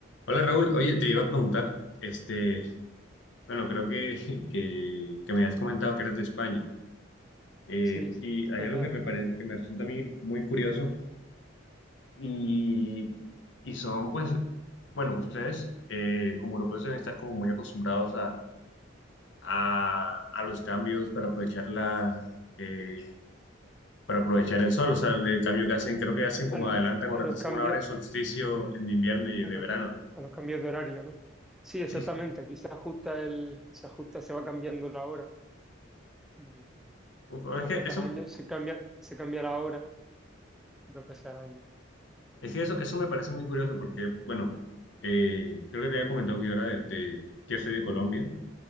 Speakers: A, on the left (about 65°); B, in the centre.
A: Hola Raúl, oye, te iba a preguntar, este, bueno, creo que, <laughs> que, que me habías comentado que eres de España, eh,
B: Sí,
A: y hay
B: ¿verdad?
A: algo que me parece, que me resulta a mí muy curioso, y, y son pues, bueno, ustedes eh, como europeos deben estar como muy acostumbrados a, a, a los cambios para aprovechar la, eh, para aprovechar el sol, o sea, el, cambio que hacen, creo que hacen como
B: Al-
A: adelantan o
B: a
A: retrasan
B: los cambios,
A: una hora el solsticio en invierno y
B: a
A: de
B: los,
A: verano, ¿no?
B: a los cambios de horario, ¿no? Sí, exactamente.
A: Sí, sí.
B: Aquí se ajusta el, se ajusta, se va cambiando la hora. Mm,
A: Uf,
B: Dos
A: es que
B: veces
A: eso,
B: al año se cambia, se cambia la hora dos veces al año.
A: Es que eso, eso me parece muy curioso porque, bueno, eh, creo que te había comentado que yo era de, de- que yo soy de Colombia.